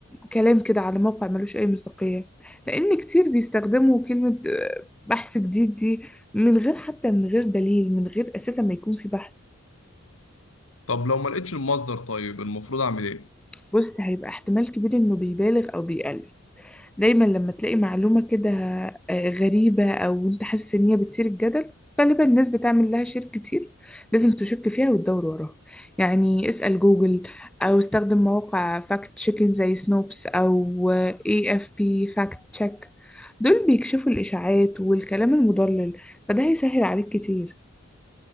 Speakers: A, in the centre; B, on the left.
A: كلام كده على موقع ملوش أي مصداقية لأن كتير بيستخدموا كلمة آه، بحث جديد دي من غير حتى من غير دليل من غير أساسا ما يكون في بحث
B: طب لو ما لقيتش المصدر طيب المفروض اعمل ايه
A: بص هيبقى احتمال كبير انه بيبالغ او بيألف دايما لما تلاقي معلومة كده آه، غريبة او انت حاسس ان هي بتثير الجدل غالبا الناس بتعمل لها شير كتير لازم تشك فيها وتدور وراها يعني اسأل جوجل او استخدم مواقع فاكت تشيكن زي سنوبس او اي اف بي فاكت تشيك دول بيكشفوا الاشاعات والكلام المضلل فده هيسهل عليك كتير